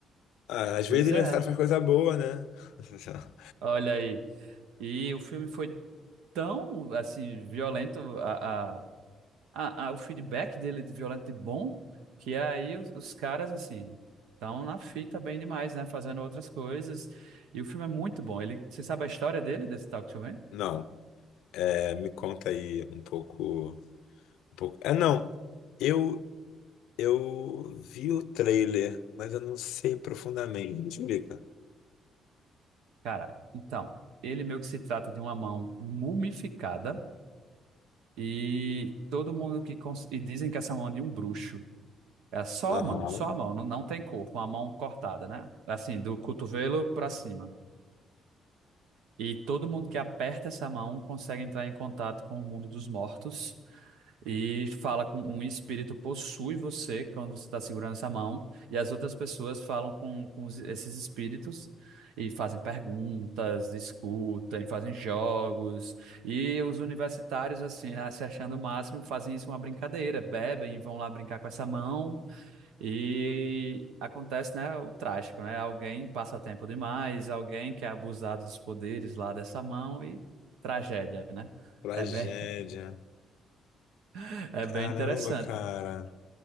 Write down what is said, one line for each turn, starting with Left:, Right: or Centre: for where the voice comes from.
Left: Ah, às vezes
Right: Pois
Left: aniversário
Right: é.
Left: faz coisa boa, né? <laughs>
Right: Olha aí. E o filme foi tão assim violento a, a, a, a- o feedback dele de violento e bom que aí os, os caras assim estão na fita bem demais, né? Fazendo outras coisas. E o filme é muito bom. Ele, você sabe a história dele, desse Talk to Me?
Left: Não, é, me conta aí um pouco, um pouco. É, não, eu, eu vi o trailer, mas eu não sei profundamente. Me Explica.
Right: Cara, então, ele meio que se trata de uma mão mumificada e todo mundo que cons- e dizem que essa mão é de um bruxo. É só
Left: Aham.
Right: a mão, só a mão, não, não tem corpo, uma mão cortada, né? Assim, do cotovelo pra cima. E todo mundo que aperta essa mão consegue entrar em contato com o mundo dos mortos e fala com um espírito possui você quando você está segurando essa mão, e as outras pessoas falam com, com os- esses espíritos e fazem perguntas, discutem, fazem jogos. E os universitários, assim, né, se achando o máximo, fazem isso uma brincadeira, bebem e vão lá brincar com essa mão. E acontece, né, o trágico, né? Alguém passa tempo demais, alguém quer abusar dos poderes lá dessa mão e tragédia, né?
Left: Tragédia.
Right: É bem, <laughs> é
Left: Caramba,
Right: bem interessante.
Left: cara.